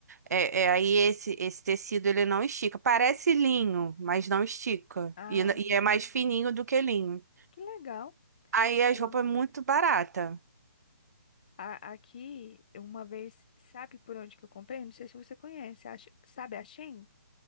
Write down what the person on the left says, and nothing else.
ah,
que legal.
Eu
não.
A- aqui, uma vez, sabe por onde que eu comprei? Não sei se você conhece. A, Sh- sabe a Shein?